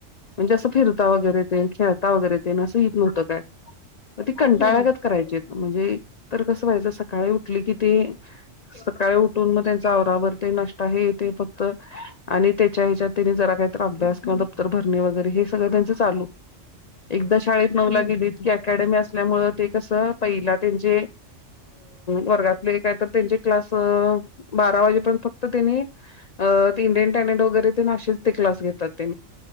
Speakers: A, on the left; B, on the left.
A: म्हणजे असं फिरता वगैरे खेळता वगैरे ते असं येत नव्हतं काय, ती कंटाळल्या
B: हम्म
A: गत करायचे, म्हणजे तर कसं व्हायचं, सकाळी उठली की ती सकाळी उठून मग त्यांच्या आवरावर, ते नाष्टा हे ते फक्त आणि त्याच्या ह्याच्यात त्यांनी जरा काहीतरी अभ्यास किंवा दप्तर भरणे वगैरे हे सगळं त्यांचं चालू एकदा शाळेत नऊला
B: हम्म
A: गेलीत
B: हम्म.
A: की अकॅडमी असल्यामुळं ते कसं, पहिला त्यांचे वर्गातले काय तर त्यांचे क्लास बारा वाजेपर्यंत फक्त त्यांनी इंडियन टॅलेंट वगैरे ते नाचतेत, ते क्लास घेतात ते